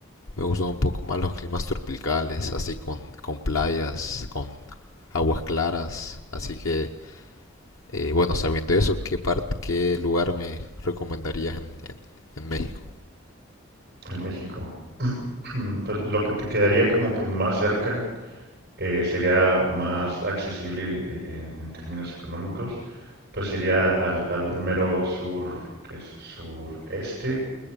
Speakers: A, on the left; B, on the right.
A: me gustan un poco más los climas tropicales, así con, con playas, con aguas claras. Así que, eh, bueno, sabiendo eso, ¿qué parte, qué lugar me recomendarías en, en- en México?
B: en México. <clears throat> Pues lo que te quedaría como que más cerca eh, sería más accesible eh, en, en términos económicos, pues sería al, al mero sur, que es sureste,